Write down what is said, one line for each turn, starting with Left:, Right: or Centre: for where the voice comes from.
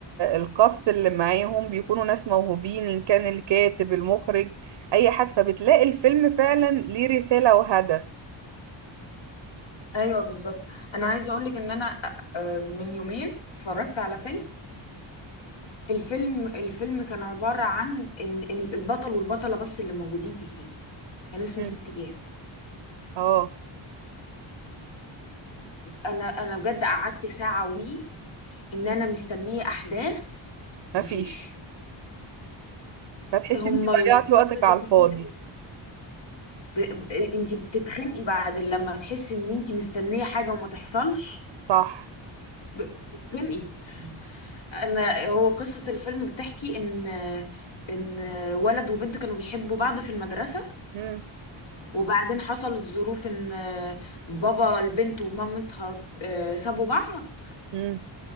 Right: الكاست اللي معاهم بيكونوا ناس موهوبين إن كان الكاتب المخرج أي حد فبتلاقي الفيلم فعلا ليه رسالة وهدف
Left: ايوه بالظبط انا عايزه اقول لك ان انا آه، من يومين اتفرجت على فيلم الفيلم الفيلم كان عبارة عن إن إن البطل والبطلة بس اللي موجودين في الفيلم كان اسمه
Right: مم.
Left: ست أيام
Right: اه
Left: أنا أنا بجد قعدت ساعة وي إن أنا مستنية أحداث
Right: مفيش
Left: مفيش
Right: فتحسي
Left: هما
Right: انت ضيعتي وقتك
Left: قصة
Right: على
Left: اتنين
Right: الفاضي
Left: كده ب... ب... انت بتتخنقي بعد لما تحسي ان انت مستنية حاجة وما تحصلش
Right: صح
Left: ب- بتتخنقي انا هو قصة الفيلم بتحكي ان ان ولد وبنت كانوا بيحبوا بعض في المدرسة
Right: مم.
Left: وبعدين حصلت ظروف ان آه، بابا البنت ومامتها آه، سابوا بعض
Right: مم.